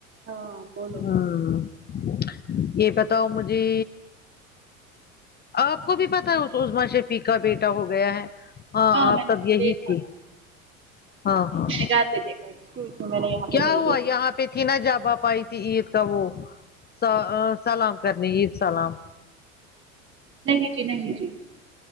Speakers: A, on the right; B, on the left.
A: ہاں بولو
B: ہوں ہوں یہ بتاؤ مجھے اپ کو بھی پتہ ہے اس عظمی شفی کا بیٹا ہو گیا ہے ہاں اب
A: میں نے
B: تب یہی
A: دیکھا
B: تھی ہاں ہاں
A: جاتے دیکھا می، میں نے یہاں
B: کیا
A: پہ نہیں
B: ہوا
A: دیکھا
B: یہاں پہ تھی نا جب آپ ائی تھی عید کا وہ سا سلام کرنے عید سلام
A: نہیں جی نہیں جی